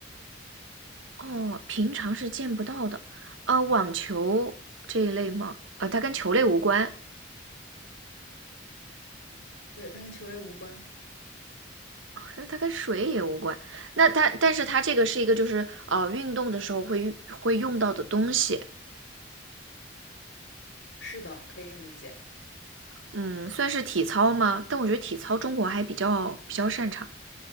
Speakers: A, on the right; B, on the left.
A: 哦，平常是见不到的。呃，网球这一类吗？呃，它跟球类无关。
B: 对，它跟球类无关。
A: 可是它跟水也无关。那它，但是它这个是一个就是呃运动的时候会会用到的东西，
B: 是的，可以这么理解。
A: 嗯，算是体操吗？但我觉得体操中国还比较比较擅长。